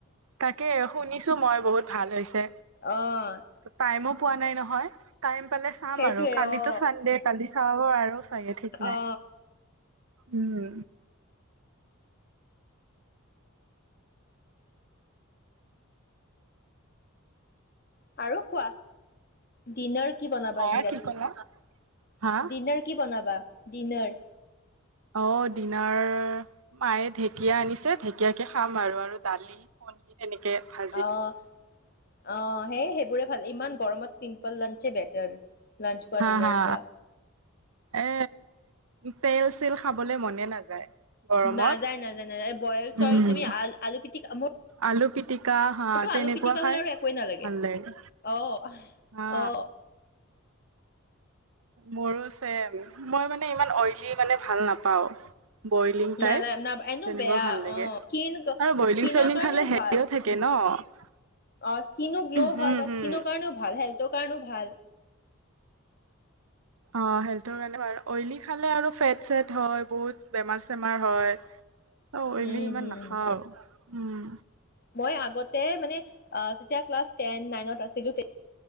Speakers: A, on the right; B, on the left.
A: তাকে শুনিছো মই বহুত ভাল হৈছে
B: অ'।
A: টাইমো পোৱা নাই নহয়, টাইম পালে চাম
B: সেইটোৱে
A: আৰু কালিতো
B: অ
A: চানডে কালি চাব আৰু। ঠিক নাই।
B: অ
A: উম।
B: আৰু কোৱা ডিনাৰ কি বনাবা?
A: হা
B: আজি ৰাতি
A: কি ক'লা? হা
B: ডিনাৰ কি বনাবা ডিনাৰ
A: অ' দিনাৰ, মায়ে ঢেকীয়া আনিছে ঢেকীয়াকে খাম আৰু, আৰু দালি কণী তেনেকে ভাল
B: অ', অ' সেইবোৰে ভাল ইমান গৰমত চিম্পল লাঞ্চে বেটাৰ। লাঞ্চ কোৱা
A: হা
B: ডিনাৰ
A: হা
B: কোৱা
A: এ তেল চল খাবলে মনে নাযায়। গৰমত
B: নাযায় নাযায় নাযায় বইল চইল
A: উম
B: তুমি আ আলু পিটিকা
A: আলু পিটিকা হা
B: মোৰতো
A: তেনেকুৱা
B: আলু পিটিকা হলে
A: খাই
B: আৰু একোৱে নালাগে
A: ভাল লাগে।
B: অ
A: হা
B: অ
A: মোৰো চেম। মই মানে ইমান অইলি মানে ভাল নাপাওঁ। বইলিং
B: নালা
A: টাইপ
B: না এনো
A: তেনেকুৱা
B: বেয়া
A: ভাল লাগে,
B: অ স্কিন
A: আৰু বইলিং
B: স্কিনৰ
A: চইলিং
B: কাৰণেও
A: খালে হেল্ডিও
B: ভাল
A: থাকে। থাকে ন।
B: অ' স্কিনো গ্ল'
A: হুম
B: হয় বা
A: হুম
B: স্কিনৰ কাৰণেও ভাল। হেল্থৰ কাৰণেও ভাল।
A: অ' হেল্থৰ কাৰণে অইলি খালে আৰু ফেট চেট হয় বহুত বেমাৰ চেমাৰ হয়। অ' অইলি
B: হম
A: ইমান
B: হম
A: নাখাও উম।
B: মই আগতে মানে যেতিয়া ক্লাছ টেন, নাইনত আছিলো তে